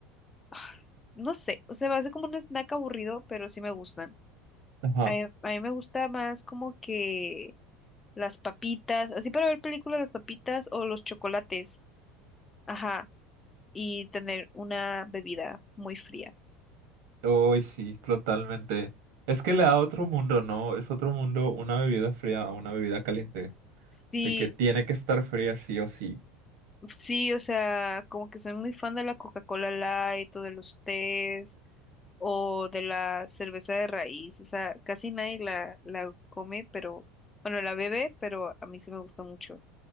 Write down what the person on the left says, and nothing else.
<sighs> no sé, o sea, va a ser como un snack aburrido, pero sí me gustan.
A a mí me gusta más como que las papitas, así para ver películas, las papitas o los chocolates, ajá, y tener una bebida muy fría.
Sí,
sí, o sea, como que soy muy fan de la Coca-Cola Light o de los tés o de la cerveza de raíz, o sea, casi nadie la, la come, pero, bueno, la bebe, pero a mí sí me gusta mucho.